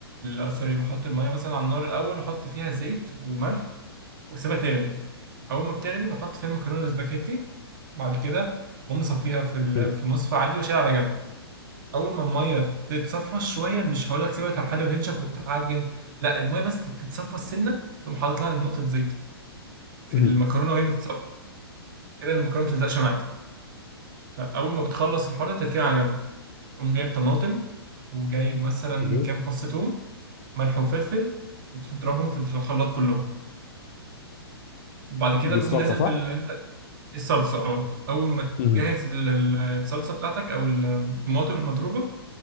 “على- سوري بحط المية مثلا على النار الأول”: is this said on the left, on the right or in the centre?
Right